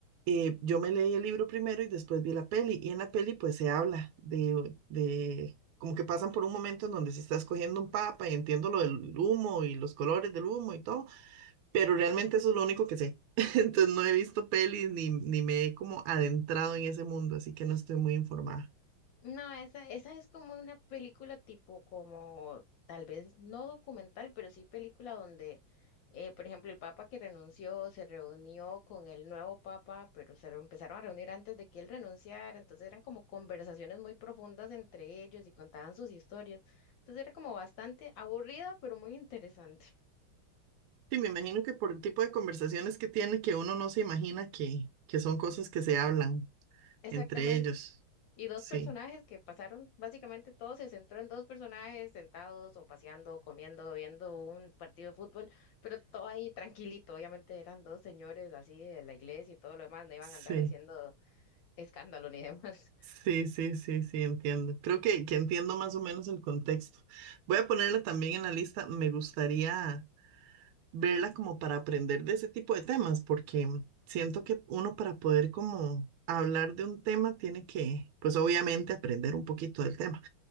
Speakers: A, on the right; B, on the left.
A: Eh, yo me leí el libro primero y después vi la peli, y en la peli pues se habla de, de como que pasan por un momento en donde se está escogiendo un papa y entiendo lo del humo y los colores del humo y todo, pero realmente eso es lo único que sé. <laughs> Entonces no he visto pelis ni, ni me he como adentrado en ese mundo, así que no estoy muy informada.
B: No, esa, esa es como una película tipo como tal vez no documental, pero sí película donde, eh, por ejemplo, el papa que renunció se reunió con el nuevo papa, pero se re- empezaron a reunir antes de que él renunciara, entonces eran como conversaciones muy profundas entre ellos y contaban sus historias. Entonces era como bastante aburrida, pero muy interesante.
A: Sí, me imagino que por el tipo de conversaciones que tiene, que uno no se imagina que, que son cosas que se hablan
B: Exactamente.
A: entre ellos.
B: Y dos
A: Sí,
B: personajes que pasaron, básicamente todo se centró en dos personajes sentados o paseando, comiendo, viendo un partido de fútbol, pero todo ahí tranquilito. Obviamente eran dos señores así de la iglesia y todo lo demás, no iban
A: sí.
B: a andar haciendo escándalo ni demás.
A: Sí, sí, sí, sí, entiendo. Creo que, que entiendo más o menos el contexto. Voy a ponerla también en la lista. Me gustaría verla como para aprender de ese tipo de temas, porque siento que uno para poder como hablar de un tema tiene que, pues obviamente, aprender un poquito del tema.